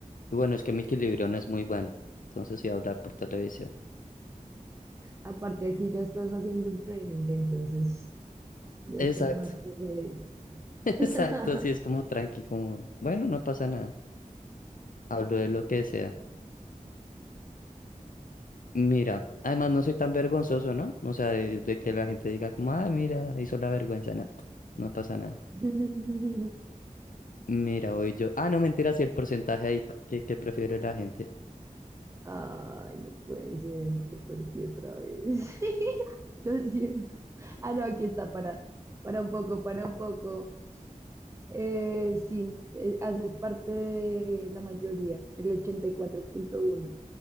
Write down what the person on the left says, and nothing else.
y bueno, es que mi equilibrio no es muy bueno. Entonces sí, hablar por televisión.
Exacto,
<laughs>
exacto, sí, es como tranqui, como, bueno, no pasa nada. Hablo de lo que sea. Mira, además no soy tan vergonzoso, ¿no? O sea, de, de que la gente diga como, ah, mira, hizo la vergüenza, no, no pasa nada.
Mira, voy yo. Ah, no, mentira, sí, el porcentaje ahí que, que prefiere la gente.